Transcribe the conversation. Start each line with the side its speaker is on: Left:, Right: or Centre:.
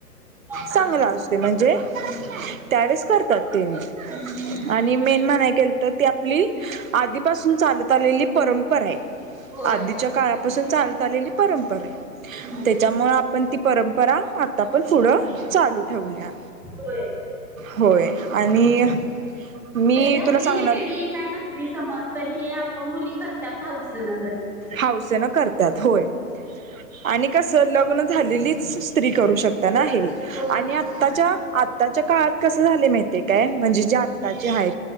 Centre: मोठा
Right: चांगला
Centre: असतो
Right: असतोय, म्हणजे
Centre: हम्म
Right: त्यावेळेस करतात तेन
Centre: हम्म हम्म हम्म
Right: आणि मेन म्हणाय गेल तर ती आपली, आधीपासून चालत आलेली परंपरा ये.
Centre: होय
Right: आधीच्या काळापासून चालत आलेली परंपरा य.
Centre: हम्म
Right: त्यामुळ आपण ती परंपरा, आता पण पुढं चालू ठेऊया.
Centre: होय
Right: होय आणि मी
Centre: जरी आपली
Right: तुला सांगणार
Centre: ही पिढी काय नसली, समज तरी हे आप मुली करत्यात हाउसे ने घरी.
Right: हौसेने करत्यात होय आणि कस लग्न झालेलीच स्त्री करू शकताना
Centre: कर
Right: हे
Centre: होय
Right: आणि
Centre: होय
Right: आ ताच्या-आत्ताच्या काळात कस झालय माहितये काय म्हणजे जे
Centre: हम्म,
Right: आता ती हाय